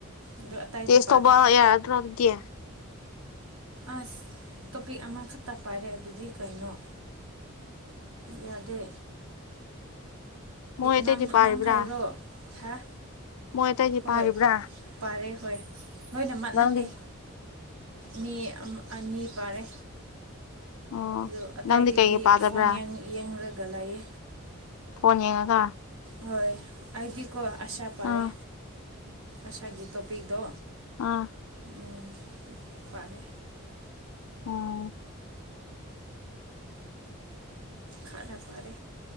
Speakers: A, on the right; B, on the left.
A: ꯑꯗꯣ ꯑꯇꯩꯗꯤ
B: ꯇꯁ
A: ꯄꯥꯗꯦ
B: ꯇꯧꯕ ꯌꯥꯔ ꯑꯗꯨ꯭ꯔꯗꯤ
A: ꯑꯁ ꯇꯣꯄꯤꯛ ꯑꯃꯈꯛꯇ ꯄꯥꯏꯔꯦ ꯑꯗꯨꯗꯤ ꯀꯩꯅꯣ ꯌꯥꯗꯦ
B: ꯃꯣꯏ ꯑꯇꯩꯗꯤ
A: ꯅꯪ
B: ꯄꯥꯔꯤꯕ꯭ꯔꯥ
A: ꯅꯪ ꯍꯥꯏꯔꯣ ꯍꯥ
B: ꯃꯣꯏ ꯑꯇꯩꯗꯤ
A: ꯍꯣꯏ
B: ꯄꯥꯔꯤꯕ꯭ꯔꯥ
A: ꯄꯔꯦ ꯍꯣꯏ ꯂꯣꯏꯅꯃꯛꯠ
B: ꯅꯪꯗꯤ
A: ꯅꯠꯇꯦ ꯃꯤ ꯑꯅꯤ ꯄꯥꯔꯦ
B: ꯑꯣ
A: ꯑ ꯑꯇꯩꯗꯗꯤ
B: ꯅꯪꯗꯤ ꯀꯩꯒꯤ ꯄꯥꯗꯕ꯭ꯔꯥ
A: ꯐꯣꯟ ꯌꯦꯡꯂꯡꯉꯨꯔꯒ ꯂꯥꯛꯑꯦ
B: ꯐꯣꯟ ꯌꯦꯡꯉꯒ
A: ꯍꯣꯏ ꯑꯩꯗꯤꯀꯣ ꯑꯁꯥ ꯄꯥꯔꯦ
B: ꯑꯥ
A: ꯑꯁꯥꯒꯤ ꯇꯣꯄꯤꯛꯇꯣ
B: ꯑꯥ
A: ꯎꯝ ꯄꯔꯦ
B: ꯎꯝ
A: ꯈꯥꯅ ꯄꯔꯦ